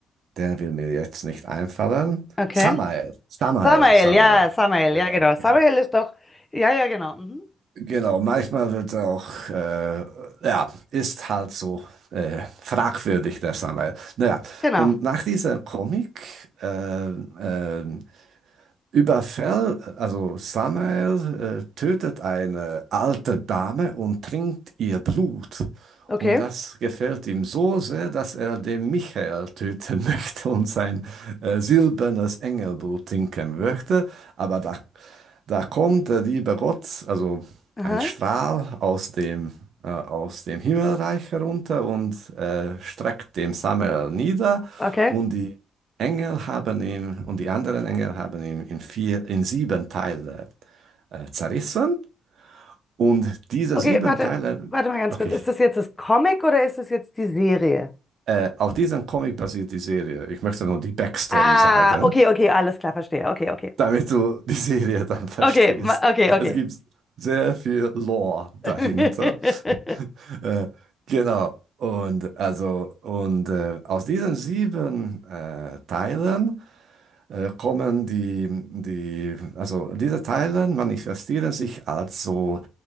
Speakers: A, on the right; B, on the left.
A: der will mir jetzt nicht einfallen.
B: Okay.
A: Samael, Samael,
B: Samael,
A: Samael.
B: ja, Samael,
A: Genau,
B: ja, genau.
A: okay.
B: Samael ist doch, ja, ja, genau. Mhm.
A: Genau, manchmal wird er auch, äh, ja, ist halt so äh, fragwürdig, der Samuel. Naja,
B: Genau.
A: und nach dieser Comic, äh, äh, Überfällt, also Samuel äh, tötet eine alte Dame und trinkt ihr Blut.
B: Okay.
A: Und das gefällt ihm so sehr, dass er den Michael töten <laughs> möchte und sein äh, silbernes Engelblut trinken möchte. Aber da, da kommt der liebe Gott, also
B: Aha.
A: ein Strahl aus dem, äh, aus dem Himmelreich herunter und äh, streckt dem Samuel nieder.
B: Okay.
A: Und die Engel haben ihn und die anderen Engel haben ihn in vier, in sieben Teile äh, zerrissen. Und diese
B: Okay,
A: sieben
B: warte,
A: Teile,
B: warte mal ganz
A: okay,
B: kurz. Ist das jetzt das Comic oder ist das jetzt die Serie?
A: äh, auf diesen Comic basiert die Serie. Ich möchte nur die Backstory
B: Ah,
A: sagen,
B: okay, okay, alles klar, verstehe. Okay, okay.
A: damit du die Serie <laughs> dann verstehst.
B: Okay, ma- okay, okay.
A: Es gibt sehr viel Lore dahinter.
B: <laughs>
A: <laughs> äh, genau. Und also, und äh, aus diesen sieben äh, Teilen äh, kommen die, die, also diese Teile manifestieren sich als so